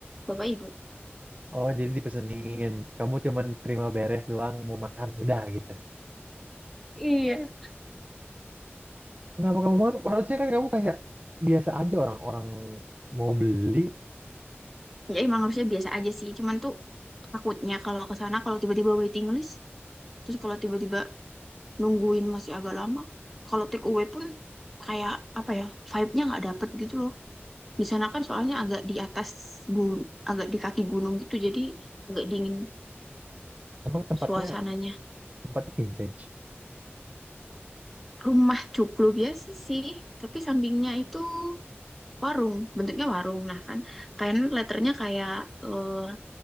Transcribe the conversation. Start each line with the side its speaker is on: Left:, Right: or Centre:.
Centre: bapak ibu
Right: Oh jadi dipesenin. Kamu cuman terima beres doang mau makan udah gitu.
Centre: Iya.
Right: Kenapa kamu malu? Harusnya kan kamu kayak biasa aja orang-orang mau beli.
Centre: ya emang harusnya biasa aja sih cuman tuh Takutnya kalau ke sana kalau tiba-tiba waiting list, terus kalau tiba-tiba nungguin masih agak lama, kalau take away pun kayak apa ya, vibe-nya nggak dapet gitu loh. Di sana kan soalnya agak di atas gunung, agak di kaki gunung gitu, jadi agak dingin
Right: Emang tempatnya
Centre: suasananya.
Right: tempatnya vintage.
Centre: Rumah cuklu biasa sih, tapi sampingnya itu warung, bentuknya warung. Nah kan, kayaknya letternya kayak eh,